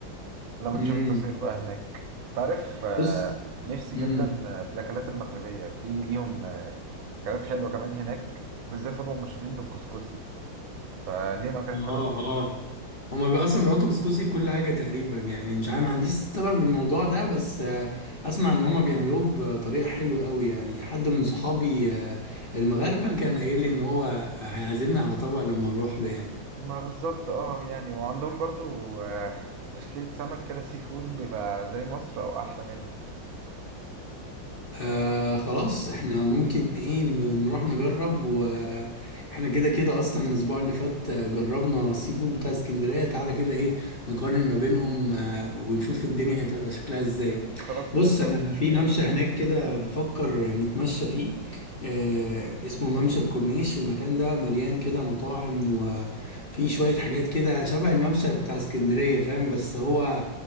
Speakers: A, on the right; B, on the left.
A: لما
B: امم
A: نشوف التصوير بقى هناك تعرف آه،
B: بص
A: نفسي
B: امم
A: جدا آه، في الأكلات المغربية في ليهم آه، أكلات حلوة كمان هناك بالذات هم مشهورين بالكسكسي فليهم أكلات
B: اه
A: حلوة كتير
B: اه هما بي اصلا بيحطوا كسكسي في كل حاجة تقريبا يعني مش عارف ما عنديش سبب للموضوع ده بس آه، اسمع ان هما بيعملوه بطريقة حلوة قوي يعني حد من صحابي آه، المغاربة كان قايل لي ان هو هيعزمني على طبق لما نروح له يعني
A: ما بالظبط اه يعني وعندهم برضو آه، تشكيلة سمك كده سي فود بيبقى زي مصر أو أحلى منها
B: آه خلاص احنا ممكن ايه ن- نروح نجرب واحنا كده كده اصلا الاسبوع اللي فات آه، جربنا السي فود بتاع اسكندرية تعالى كده ايه نقارن ما بينهم آه ونشوف الدنيا هتبقى شكلها ازاي
A: خلاص
B: بص
A: ده الفل
B: انا في ممشى هناك كده بفكر نتمشى فيه آه اسمه ممشى الكورنيش المكان ده مليان كده مطاعم وفي شوية حاجات كده شبه الممشى بتاع اسكندرية فاهم بس هو